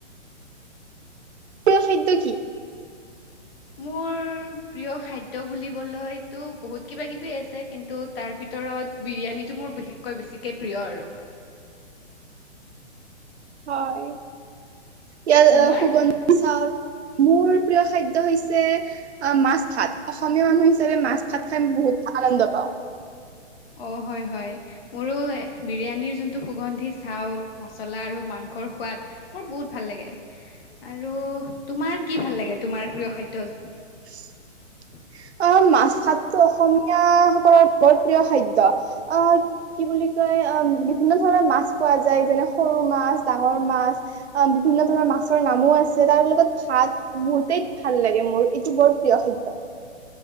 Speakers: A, on the right; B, on the left.
A: প্ৰিয খাদ্য কি?
B: মোৰ প্ৰিয় খাদ্য বুলিবলৈতো বহুত কিবা কিবি আছে কিন্তু তাৰ ভিতৰত বিৰিয়ানীটো মোৰ বিশেষকৈ বেছিকে প্ৰিয় আৰু।
A: হয় ইয়াৰ
B: তোমাৰ
A: সুগন্ধি চাউল মোৰ প্ৰিয় খাদ্য হৈছে মাছ, ভাত অসমীয়া মানুহ মাছ ভাত খাই বহুত আনন্দ পাওঁ।
B: অ হয় হয় মোৰো বিৰিয়ানীৰ যোনটো সুগন্ধি চাউল মছলা আৰু মাংসৰ সোৱাদ মোৰ বহুত ভাল লাগে। আৰু তোমাৰ কি ভাল লাগে তোমাৰ প্ৰিয় খাদ্য?
A: <unintelligible>
B: হয় <unintelligible>
A: অ মাছ ভাতটো অসমীয়া সকলৰ বৰ প্ৰিয় খাদ্য, আহ কি বুলি কয় বিভিন্ন ধৰণৰ মাছ পোৱা যায়, যেনে সৰু মাছ, ডাঙৰ মাছ বিভিন্ন ধৰণৰ মাছৰ নামো আছে তাৰ লগত ভাত বহুতেই ভাল লাগে মোৰ এইটো বৰ প্ৰিয় খাদ্য।